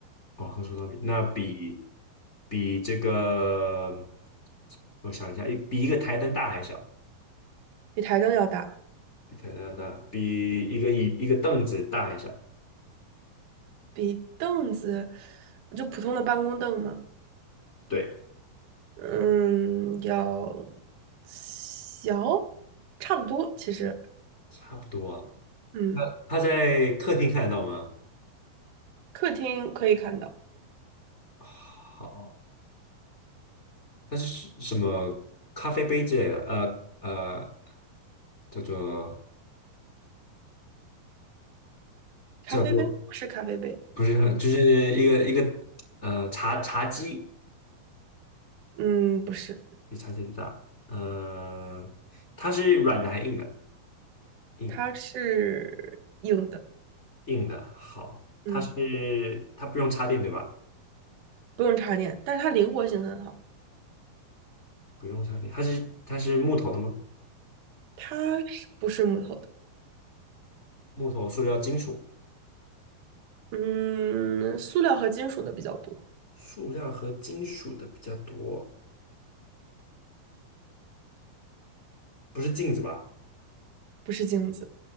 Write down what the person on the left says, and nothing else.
哦，和手套比，那比比这个，我想一下，一比一个台灯大还小。
比台大大，比一个椅一个凳子大一下，
对，
差不多啊。
它在客厅看得到吗？
好，它是什什么咖啡杯之类的？呃呃，叫做
叫做不是很，就是一个一个呃茶茶几，
比茶几的大。呃，它是软的还硬的？硬
硬的，好，
它是它不用插电对吧？
不用插电，它是它是木头的吗？
木头、塑料、金属，
塑料和金属的比较多，不是镜子吧？